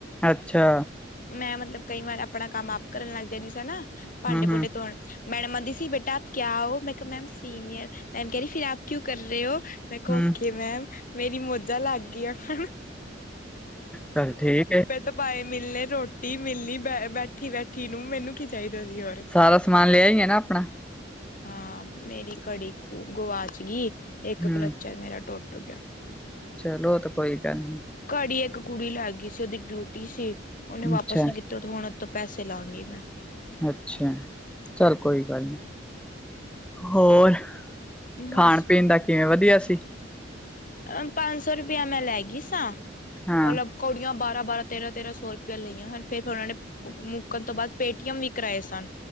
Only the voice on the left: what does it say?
ਮੈਂ ਮਤਲਬ ਕਈ ਵਾਰ ਆਪਣਾ ਕੰਮ ਆਪ ਕਰਨ ਲੱਗ ਜਾਂਦੀ ਸੀ ਨਾ
ਭਾਂਡੇ
ਭੂੰਡੇ ਧੋਣ ਮੈਡਮ ਆਦੀ ਸੀ ਬੇਟਾ ਆਪ ਕਿਆ ਹੋ?, ਮੈਂ ਕਿਹਾ ਮੈਮ ਸੀਨੀਅਰ ਮੈਮ ਕਹਿ ਰਹੀ ਫੇਿਰ ਆਪ ਕਿਉਂ ਕਰ ਰਹੇ ਹੋ? ਮੈਂ ਕਿਹਾ
ਓਕੇ ਮੈਮ ਮੇਰੀ ਮੌੋਜਾਂ ਲੱਗ ਗਈ ਆ। ਹੂ, ਹੂ।
ਪੈਸੇ ਮਿਲਣੇ, ਰੋਟੀ ਮਿਲਣੀ, ਬੈਠੀ-ਬੈਠੀ ਨੂੰ ਮੈਨੂੰ ਕੀ - ਚਾਹੀਦਾ ਸੀ ਯਾਰ।
ਹਾਂ ਮੇਰੀ ਘੜੀ ਖੂ ਗਵਾਚ ਗਈ ਇੱਕ
ਕਲਚਰ ਮੇਰਾ ਟੋਟ <inaudible>
ਘੜੀ ਇੱਕ ਕੁੜੀ ਲੈ ਗਈ ਸੀ। ਉਹਦੀ ਡਿਊਟੀ ਸੀ ਉਹਨੇ
ਵਾਪਿਸ ਨੀ ਕੀਤੀ। ਜਦੋਂ ਹੁਣ ਉੋਂਤੋਂ ਪੈਸੇ ਲਾਂਗੀ ਮੈਂ।
ਬਸ
ਅ ਪੰਜ ਸੌ ਰੁਪਇਆ ਮੈਂ ਲੈ ਗਈ ਸਾਂ।
ਮਤਲਬ ਕੌੜੀਆਂ ਬਾਰਾਂ -ਬਾਰਾਂ, ਤੇਰਾਂ -ਤੇਰਾਂ ਸੌ ਰੁਪਇਆ ਲਈਆਂ ਹਨ ਫਿਰ ਉਹਨਾਂ ਨੇ ਮੁੱਕਣ ਤੋਂ ਬਾਅਦ ਪੇਟੀਐਮ ਵੀ ਕਰਵਾਏ ਸਨ।